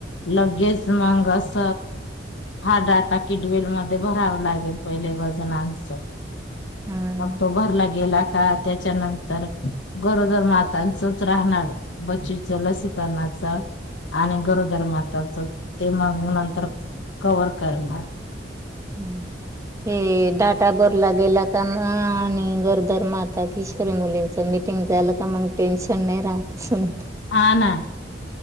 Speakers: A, on the left; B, on the right.
A: लगेच मंग अस हाड आता किडवेल मध्ये भरावं लागेल पहिले वजनांचं.
B: हा ना
A: मग तो भरला गेला का त्याच्यानंतर, गरोदर मातांचच राहणार, बच्ची लसीकरणाच आणि गरोदर माताच ते मग नंतर कवर करणार,
B: हम्म, हे डाटा भरला गेला का मग आणि गरोदर माता, किशोरी मुलींच मिटिंग झालं का मग टेन्शन नाही राहत असे
A: हा ना,